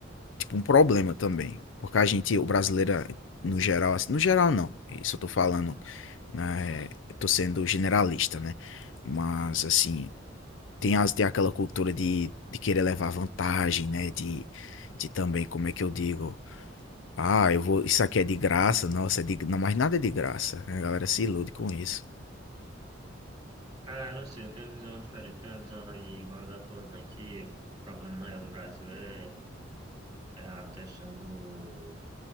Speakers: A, on the left (about 70°); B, on the right (about 20°).
A: tipo, um problema também. Porque a gente, o brasileiro, no geral, assim, no geral não. Isso eu tô falando, né, eu tô sendo generalista, né? Mas assim, Tem, as, tem aquela cultura de, de querer levar vantagem, né? De, de também, como é que eu digo? Ah, eu vou. Isso aqui é de graça, nossa, é de, não, mas nada é de graça. né? A galera se ilude com isso.
B: ah, não sei, eu tenho uma visão diferente, tenho uma visão aí igual a da tua mãe, que o problema maior do Brasil é a questão do,